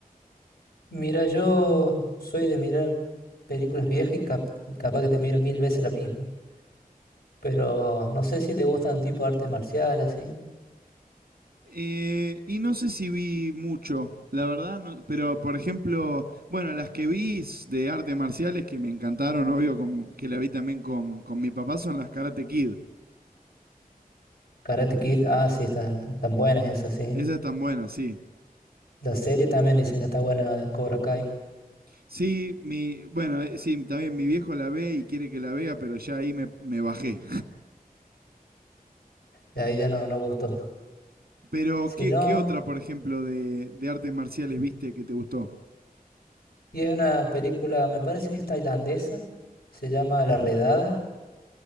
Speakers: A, on the left; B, on the right.
A: Mira, yo soy de mirar películas viejas y cap- capaz que te miro mil veces la misma. Pero no sé si te gustan tipo artes marciales, ¿sí?
B: Eh, y no sé si vi mucho, la verdad, no- pero por ejemplo, bueno, las que vi s- de artes marciales que me encantaron, obvio, con- que la vi también con, con mi papá, son las Karate Kid.
A: Karate Kid, ah, sí, están tan buenas esas, sí.
B: Esas están buenas, sí.
A: La serie también dicen que está buena, Cobra Kai.
B: Sí, mi, bueno, eh, sí, también mi viejo la ve y quiere que la vea, pero ya ahí me, me bajé.
A: Y ahí ya no, no gustó.
B: Pero,
A: Si
B: ¿qué,
A: no,
B: qué otra, por ejemplo, de, de artes marciales viste que te gustó?
A: y es una película, me parece que es tailandesa. Se llama La Redada.